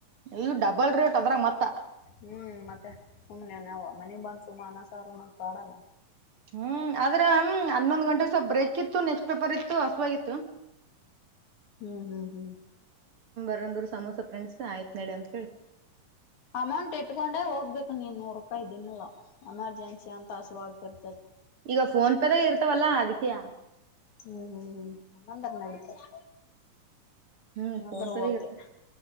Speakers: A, on the right (about 45°); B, on the left (about 60°).
A: ಇ ಡಬಲ್ ರೇಟ್ ಅದ್ರಗ್ ಮತ್ತ
B: ಹ್ಮ್ ಮತ್ತೆ ಸುಮ್ನೆ ನಾವು ಮನೆಗ್ ಬಂದ್ ಸುಮ್ ಅನ್ನ ಸಾರ್ ಉಣ್ಣದ್ ಪಾಡಲ್ಲ.
A: ಹ್ಮ್ ಆದ್ರೆ ಹನ್ನೊಂದ್ ಗಂಟೆಗೆ ಸ್ವಲ್ಪ ಬ್ರೇಕ್ ಇತ್ತು ನೆಕ್ಸ್ಟ್ ಪೇಪರ್ ಇತ್ತು ಹಸುವಾಗಿತ್ತು
B: ಹ್ಮ್ ಹ್ಮ್ ಹ್ಮ್
A: ಅಂದ್ರು ಸಮೋಸ ಫ್ರೆಂಡ್ಸ್ ಆಯ್ತ್ ನಡಿ ಅಂತ ಹೇಳಿ
B: ಅಮೌಂಟ್ ಇಟ್ಕೊಂಡೆ ಹೋಗ್ಬೇಕು ನೀನ್ ನೂರು ರೂಪಾಯಿ ದಿನಲ್ಲ ಎಮರ್ಜೆನ್ಸಿ ಅಂತ ಹಸುವಾಗ್ತರ್
A: ಈಗ ಫೋನ್ ಪೇ ದಾಗ ಇರ್ತವಲ್ಲಾ ಅದಿಕೆಯ
B: ಹ್ಮ್ ಹ್ಮ್ ಹ್ಮ್ ಅಂದ್ರೆ ನಡಿತದ್
A: ಹ್ಮ್
B: ಹಂಗಂದ್ರೆ
A: ಫೋನ್ ಪೇದಾಗ
B: ಓಕೆ.
A: ಇರ್ತ